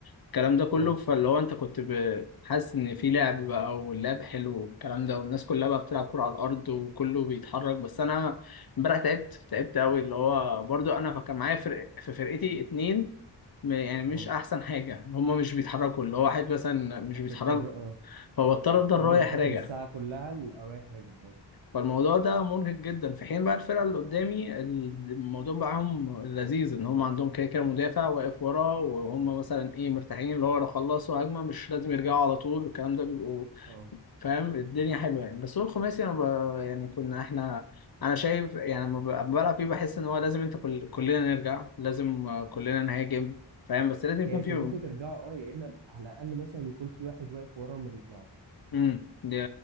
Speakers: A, on the left (about 55°); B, on the right (about 80°).
A: الكلام ده كله
B: اه
A: فاللي هو انت كنت ب- حاسس ان في لعب بقى واللعب حلو والكلام ده والناس كلها بقى بتلعب كوره على الارض وكله بيتحرك بس انا امبارح تعبت تعبت قوي اللي هو برضو انا كان معايا فرق في فرقتي اتنين م- يعني مش
B: اه
A: احسن حاجه هما مش بيتحركوا اللي هو واحد مثلا مش
B: فبتضطر
A: بيتحرك
B: اه
A: فهو اضطر
B: بتضطر
A: افضل رايح
B: انت تاخد
A: راجع
B: الساعة كلها ال- آه، رايح راجع اه
A: فالموضوع ده مرهق جدا في حين بقى الفرقه اللي قدامي ال- الموضوع معاهم لذيذ ان هم عندهم كده كده مدافع واقف ورا وهم مثلا ايه مرتاحين اللي هو لو خلصوا هجمه مش لازم يرجعوا على طول الكلام ده بيبقوا
B: اه
A: فاهم الدنيا حلوه يعني بس هو الخماسي انا ب... يعني كنا احنا انا شايف يعني لما ب- لما بلعب فيه بحس ان هو لازم انت كل... كلنا نرجع لازم آه، كلنا نهاجم فاهم بس لازم
B: هي
A: يكون
B: يا
A: في
B: كلكم ترجعوا اه يا اما على الاقل مثلا يكون في واحد واقف ورا وما بيطلعش
A: امم دي